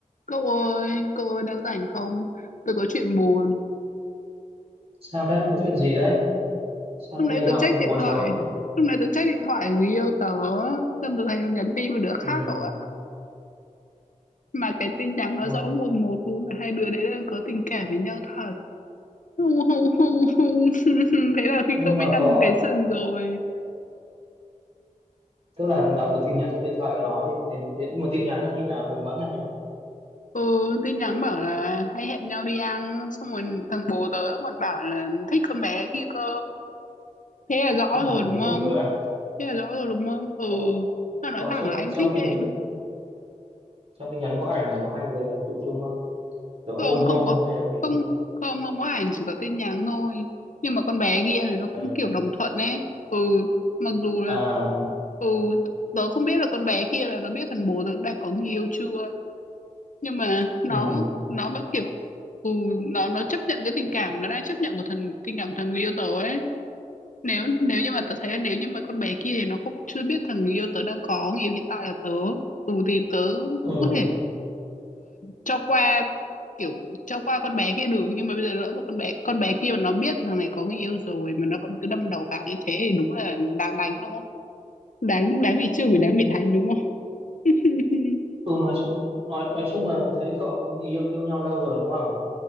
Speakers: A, on the left; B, on the right.
A: Cậu ơi, cậu ơi đang rảnh không? Tôi có chuyện buồn.
B: Sao đấy? Có chuyện gì đấy? Sao
A: Lúc
B: nghe
A: nãy
B: giọng
A: tôi check điện
B: buồn
A: thoại.
B: rầu thế?
A: Lúc nãy tôi check điện thoại của người yêu tớ. Xong tôi thấy nó nhắn tin với đứa khác
B: Ừ.
A: cậu ạ. Mà cái tin nhắn nó
B: ừ.
A: rõ mồn một luôn là hai đứa đấy đang có tình cảm với nhau thật. Hu, hu, hu, hu. <laughs> Thế là khi
B: Nhưng
A: không
B: mà
A: biết ăn
B: có
A: cái sừng rồi.
B: tức là đọc được tin nhắn trong điện thoại của nó thì tin tin- một tin nhắn nó như là mùi mẫn à, hay là
A: Ừ, tin nhắn bảo là hay hẹn nhau đi ăn. Xong rồi thằng bố tớ nó còn bảo là thích con bé kia cơ. Thế là rõ
B: tức là
A: rồi
B: hiểu
A: đúng
B: là
A: không?
B: thích rồi à?
A: Thế là rõ rồi đúng không? Ừ,
B: Có
A: nó nói
B: có
A: thẳng
B: trong
A: là anh
B: trong
A: thích
B: tin
A: em
B: nhắn trong tin nhắn có ảnh là của hai người ông chụp chung không? Kiểu ôn
A: không
B: hôn
A: không có
B: hay là gì
A: không
B: không?
A: không không có ảnh chỉ có tin nhắn thôi nhưng mà con bé kia thì nó cũng
B: Ừ.
A: kiểu đồng thuận ấy ừ mặc dù là
B: À,
A: ừ tớ không biết là con bé kia là nó biết thằng bố tớ đang có người yêu chưa nhưng mà nó
B: ừ.
A: nó vẫn kiểu ừ nó nó chấp nhận cái tình cảm nó đang chấp nhận của thằng tình cảm của thằng người yêu tớ ấy nếu nếu như mà tớ thấy là nếu như mà con bé kia thì nó không chưa biết thằng người yêu tớ đang có người yêu hiện tại là tớ ừ thì tớ
B: Ừ.
A: cũng có thể cho qua kiểu cho qua con bé kia được nhưng mà bây giờ lỡ một con bé con bé kia mà nó biết thằng này có người yêu rồi mà nó vẫn cứ đâm đầu vào như thế thì đúng là đáng đánh đúng không đáng đáng bị chửi đáng bị đánh đúng không <laughs>
B: Ừ, nói chung nói nói chung là thấy cậu yêu yêu nhau lâu rồi đúng không?